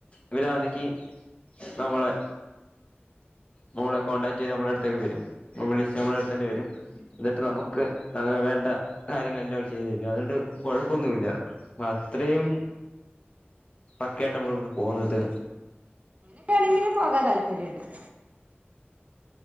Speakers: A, on the left (about 30°); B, on the right (about 35°).
A: ഇവരാണെങ്കി നമ്മളെ നമ്മളെ കോൺടാക്ട് ചെയ്ത് നമ്മുടെ അടുത്തേക്ക് വരും വിളിച്ച നമ്മളെടുത്തു തന്നെ വരും എന്നിട്ട് നമുക്ക് വേണ്ട കാര്യങ്ങളെല്ലാം അവര് ചെയ്തു തരും അതുകൊണ്ട് കൊഴപ്പൊന്നുല്ല അത്രയും പക്കയായിട്ടാ നമ്മളിവിടുന്ന് പോന്നത്
B: എനിക്ക് ആണെങ്കില് പോകാൻ താല്പര്യമുണ്ട്